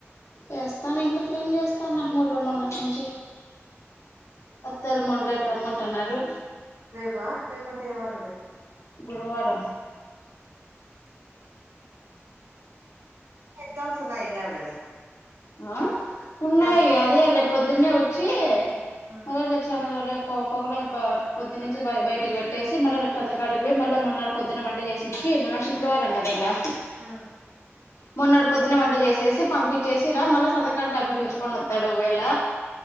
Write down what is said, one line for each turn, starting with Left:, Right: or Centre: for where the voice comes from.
Left: చేస్తానా ఇల్లు క్లీన్ చేస్తానా మూడు రూ మన్నటి నుంచి అత్తల మండరే రమ్మంటున్నారు
Right: రేపా రేపుంటే ఏ వారం ట్రైన్
Left: గురువారం
Right: టెన్స్ లో విన్నావు కదా
Left: ఆ ఉన్నాయి
Right: ఎగ్జామ్స్
Left: అదే చే పొద్దున్నే వచ్చి
Right: ఆ
Left: ఆరోజు ఎట్ల అన్న గా రేపు పొ పొగల పో పొద్దు నుంచి బయటికి పెట్టేసి మళ్ళీ రేపు సందగాడికిపోయి మళ్ళీ మొన్నర పొద్దున్న వంట చేసి ఇచ్చి మొన్న శుక్రవారం కదా ఇంకా
Right: ఆ
Left: మొన్నడి పొద్దున వంట చేసేసి పంపించేసి చరా మల్ల సంధ్యకడికి తప్పపోయి పీల్చు కొనివత్తడు ఒక వేల